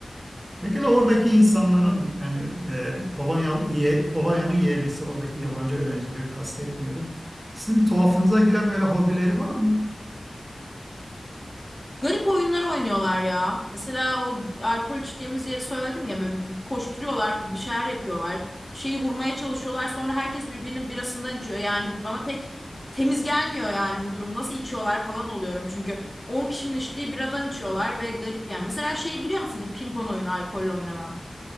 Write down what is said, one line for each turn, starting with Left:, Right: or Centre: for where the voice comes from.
Right: Peki oradaki insanların yani e, Polonya ye- Polonya'nın yerlisi oradaki yabancı öğrencileri kastetmiyorum. Sizin tuhafınıza giren böyle hobileri var mı?
Left: Garip oyunlar oynuyorlar ya. Mesela o alkol içtiğimiz yeri söyledim ya böyle bir koşturuyorlar, bir şeyler yapıyorlar. Bir şeyi vurmaya çalışıyorlar. Sonra herkes birbirinin birasından içiyor. Yani bana pek temiz gelmiyor yani bu durum. Nasıl içiyorlar falan oluyorum. Çünkü 10 kişinin içtiği biradan içiyorlar ve garip yani. Mesela şeyi biliyor musun bu pimpon oyunu alkolle oynanan?